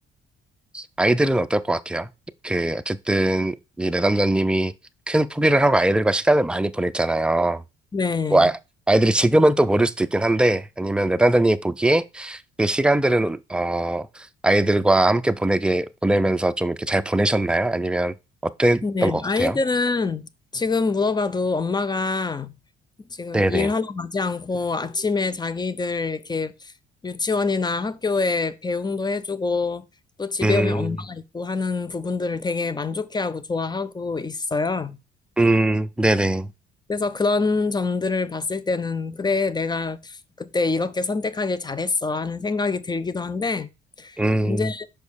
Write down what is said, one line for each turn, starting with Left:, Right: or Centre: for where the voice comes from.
Centre: 아이들은 어떨 것 같아요? 그 어쨌든 이 내담자님이 큰 포기를 하고 아이들과 시간을 많이 보냈잖아요.
Left: 네.
Centre: 뭐 아, 아이들이 지금은 또 모를 수도 있긴 한데 아니면 내단장님이 보기에 그 시간들은 어 아이들과 함께 보내게 보내면서 좀 이렇게 잘 보내셨나요? 아니면 어땠던
Left: 네,
Centre: 것 같아요?
Left: 아이들은 지금 물어봐도 엄마가 지금
Centre: 네네.
Left: 일하러 가지 않고 아침에 자기들 이렇게 유치원이나 학교에 배웅도 해주고 또 집에
Centre: 음,
Left: 오면 엄마가 있고 하는 부분들을 되게 만족해하고 좋아하고 있어요.
Centre: 음, 네네.
Left: 그래서 그런 점들을 봤을 때는 그래, 내가 그때 이렇게 선택하길 잘했어 하는 생각이 들기도 한데
Centre: 음,
Left: 이제